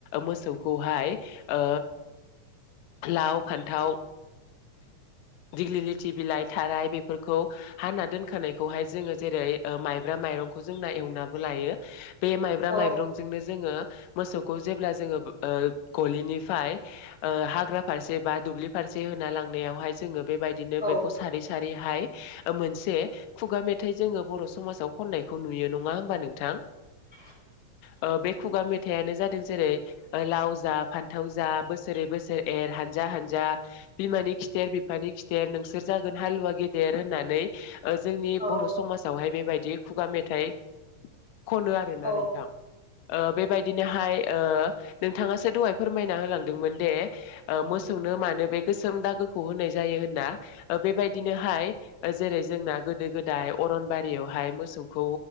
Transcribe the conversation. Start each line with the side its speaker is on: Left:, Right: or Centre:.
Left: मोसौखौहाय अ। लाव फान्थाव दिगलिलि थि बिलाइ थाराय बेफोरखौ हाना दोनखानायखौहाय जोङो जेरै माइब्रा माइरंखौ जों एवनाबो लायो बे माइब्रा
Centre: औ
Left: माइब्रंजोंनो जोङो मोसौखौ जेब्ला जोङो ओ गलिनिफ्राय अ हाग्रा फारसे बा दुब्लि फारसे होना लांनायावहाय जोङो बेबाय दिनो
Centre: औ
Left: बेखौ सारै सारहाय मोनसे खुगा मेथाइ जोङो बर' समाजाव खननायखौ नुयो। यो नङा होमबा नोंथां।
Centre: <unintelligible>
Left: अ बे खुगा मेथाइानो जादों जेरै लाव जा फान्थाव जा बोसोरै बोसोर एर हानजा हानजा बिमानि खिथेर बिफानि खि थेर नोंसोर जागोन हालुवा गेदेर होननानै ओ जोंनि
Centre: औ
Left: बर' समाजावहाय बेबायदि खुगा मेथाइ खनो आरोना
Centre: औ
Left: नोंथां ओ बेबायदिनोहाय ओ नोंथाङासो दहाय फोरमायना होलांदोंमोन दे मोसौनो मानो बे गोसोम दागो खौ होनाय जायो होन ना ओ बेबायदिनोहाय जेरै जोंना गोदो गोदाय अरनबारियावहाय मोसौखौ